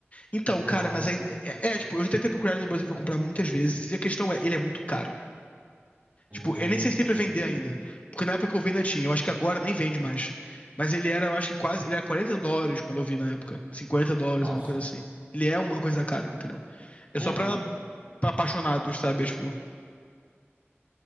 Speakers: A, on the left (about 30°); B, on the right (about 40°).
A: Então,
B: Então.
A: cara, mas aí- é, é, é, tipo, eu já tentei procurar ele no Brasil pra comprar muitas vezes e a questão é, ele é muito caro.
B: Hum,
A: Tipo, eu nem sei se tem
B: entendi.
A: pra vender ainda. Porque na época que eu vi, não tinha. Eu acho que agora nem vende mais. Mas ele era, eu acho que quase. Ele era 40 dólares quando eu vi na época. cinquenta dólares,
B: Nossa.
A: era uma coisa assim. Ele é uma coisa cara, entendeu? É
B: Uhum.
A: só pra, pra apaixonados, sabe? É, tipo.